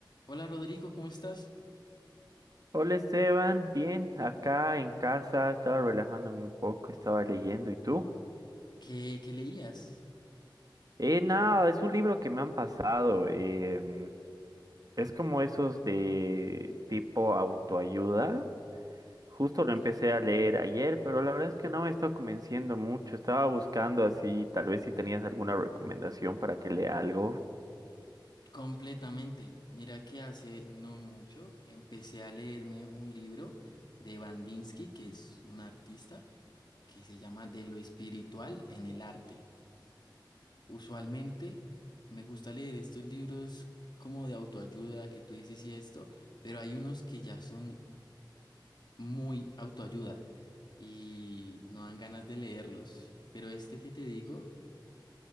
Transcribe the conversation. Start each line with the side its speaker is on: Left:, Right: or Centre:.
Left: Hola Rodrigo, ¿cómo estás?
Right: Hola Esteban, bien, acá en casa estaba relajándome un poco, estaba leyendo, ¿y tú?
Left: ¿Qué, qué leías?
Right: Eh, nada, es un libro que me han pasado, em, es como esos de tipo autoayuda, justo
Left: Ok,
Right: lo empecé a leer ayer, pero la verdad es que no me está convenciendo mucho, estaba buscando así, tal vez si tenías alguna recomendación para que lea algo.
Left: Completamente. Mira que hace no mucho empecé a leerme un libro de Bandinsky, que es un artista, que se llama De lo espiritual en el arte. Usualmente me gusta leer estos libros como de autoayuda, que tú dices y esto, pero hay unos que ya son muy autoayuda y no dan ganas de leerlos. Pero este que te digo